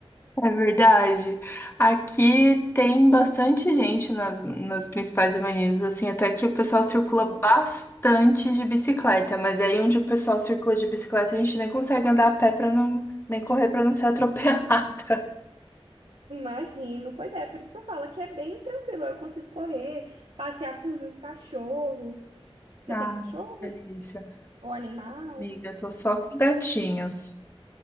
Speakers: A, on the left; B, on the right.
A: É verdade. Aqui tem bastante gente nas, nas principais avenidas, assim, até que o pessoal circula
B: Uhum.
A: bastante de bicicleta, mas aí onde o pessoal circula de bicicleta, a gente nem consegue andar a pé para não, nem correr para não ser atropelado. <laughs>
B: Imagino. Pois é, por isso que eu falo que é bem tranquilo. Eu consigo correr, passear com os meus cachorros. Você
A: Ah,
B: tem cachorro?
A: delícia.
B: Ou animal?
A: Amiga, tô só com gatinhos.